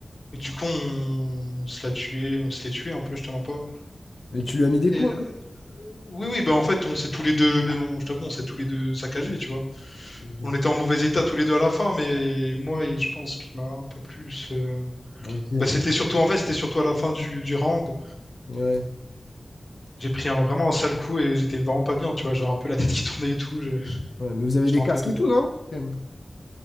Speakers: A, on the left (about 50°); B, on the left (about 75°).
A: Et du coup, on, on se l'a tué, on se l'est tué un peu, je te mens pas.
B: Et tu lui as mis des
A: Et
B: coups
A: euh,
B: un
A: oui, oui, bah en fait, on s'est tous les deux, bah, on- je t'avoue, on s'est tous les deux saccagés, tu vois.
B: peu?
A: On était en mauvais état tous les deux à la fin, mais moi, il- je pense qu'il m'a un peu plus. euh,
B: Ok. Ok.
A: Bah, c'était surtout en fait, c'était surtout à la fin du, du round.
B: Ouais.
A: J'ai pris un- vraiment un sale coup et j'étais vraiment pas bien, tu vois. J'avais un peu la tête qui tournait et tout. j'ai-
B: Ouais, mais vous avez
A: J'étais
B: des
A: un
B: casques
A: peu tombé.
B: et tout, non? Quand même.